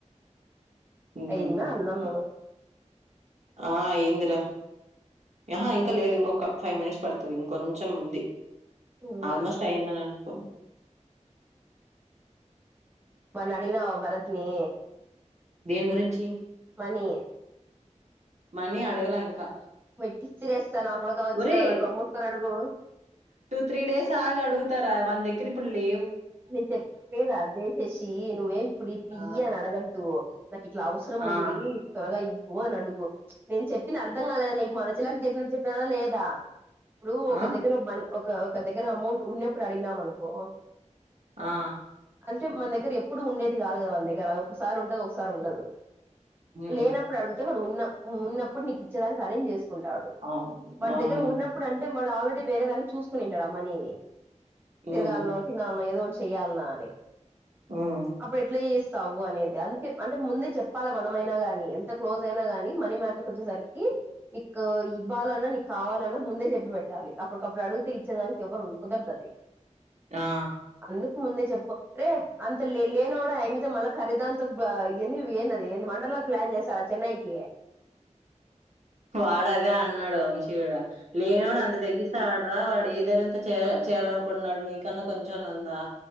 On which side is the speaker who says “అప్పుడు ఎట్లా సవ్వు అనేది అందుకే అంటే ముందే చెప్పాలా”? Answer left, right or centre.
Right